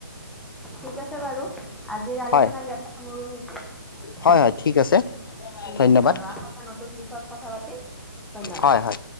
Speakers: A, in the centre; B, on the left.
A: ঠিক আছে বাৰু আজিৰ আলোচনা
B: হয়
A: ইয়াত সামৰোঁ নেকি? ঠিক
B: হয় হয় আছে ধন্যবাদ
A: আছে বাৰু আকৌ এটা নতুন বিষয়ত কথা পাতিম ধন্যবাদ।
B: হয় হয়